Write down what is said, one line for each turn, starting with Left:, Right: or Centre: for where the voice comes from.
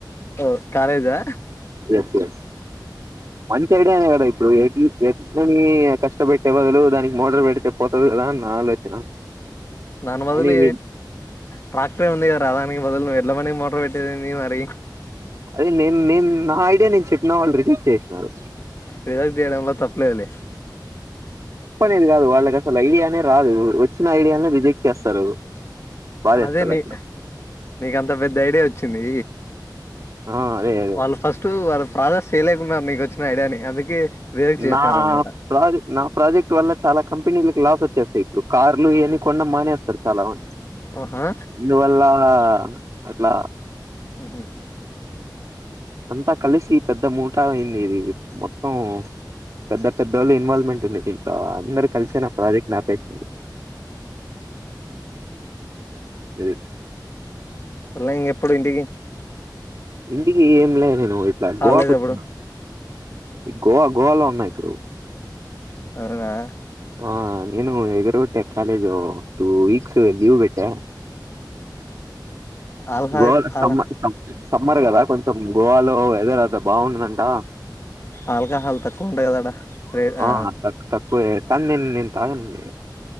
Left: ఓ కాలేజా
Right: ఎస్ ఎస్ మంచి ఐడినే ఇప్పుడు ఎ ఎదుని కష్టపెట్టే బదులు దానికి మోటార్ పెడితే పోతుంది కదా అ నా ఆలోచన
Left: దాని బదులు
Right: కానీ వీ
Left: ట్రాక్టర్ ఏ ఉంది కదా అదా వదలు ఎట్ల మనే మోటర్ పెట్టేదదింది మరి
Right: అదే ని ని నా అదేను చెప్పిన వాళ్ళు రిజెక్ట్ చేసినారు
Left: విదగ్ దేడమ తప్ప లేదులే
Right: నేది కాదు వాళ్ళకి అసలు ఐడియానే రాదు వచ్చిన ఐడియానే రిజెక్ట్ చేస్తారు బాధేస్తది
Left: అదే నీ
Right: అట్లా
Left: నీక అంత పెద్ద ఐడియా వచ్చ వచ్చింది
Right: ఆ అదే అదే
Left: వాళ్ళు ఫస్ట్ వాళ్ళ రాాజస్ చేయలేకున్నారు నీకు వచ్చిన ఐడియాని అందుకే రిజెక్ట్ చేసినారు
Right: నా
Left: అనమాట
Right: ప్రాజ నా ప్రాజెక్ట్ వల్ల చాలా కంపెనీలకు లాస్ వచ్చేస్తాయి ఇప్పుడు కార్లు ఇవీ కొనడం మానేస్తారు చాలా మంది.
Left: ఆహా
Right: అందువల్ల అట్లా
Left: మ్మ్ హు
Right: అంతా కలిసి పెద్ద మూటా అయింది ఇది మొత్తం పెద్ద పెద్దోళ్ల ఇన్వాల్మెంట్ ఉంది దీంట్ల అందరూ కలిసి నా ప్రాజెక్ట్ ని ఆపేసింది ఇది
Left: మళ్ళా ఇంగ ఎప్పుడు ఇంటికి
Right: ఇంటికి ఏం లేదు నేను ఇట్లా
Left: హాలిడేస్
Right: గోవాకు వచ్చినా
Left: ఎప్పుడు
Right: గోవా గోవాలో ఉన్నా ఇప్పుడు
Left: అవునా
Right: ఆ నేను ఎగురుకొట్టా కాలేజు టూ వీక్స్ లీవ్ పెట్టా
Left: ఆల్హా
Right: గోవా లో
Left: ఆల్
Right: సమ్మర్ ఇస్తాం సమ్మర్ కదా కొంచెం గోవాలో వెదర్ అంత బాగుందంట
Left: ఆల్కాహాల్ తక్కువ అంటా కదా ఆడ రే హా
Right: ఆ! తక్ తక్కువే. కానీ నేను నేను తాగనని